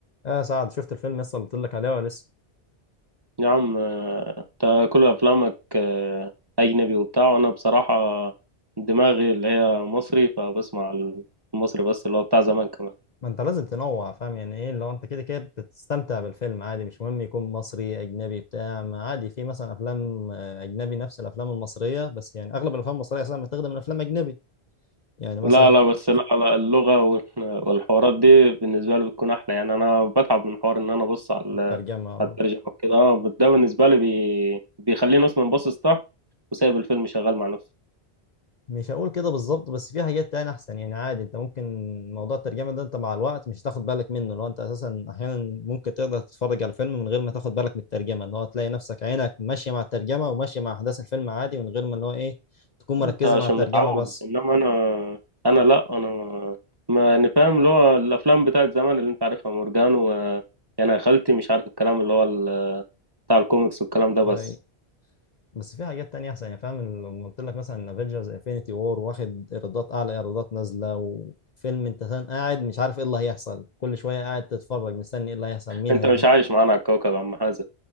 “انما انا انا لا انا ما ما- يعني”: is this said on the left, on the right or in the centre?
Right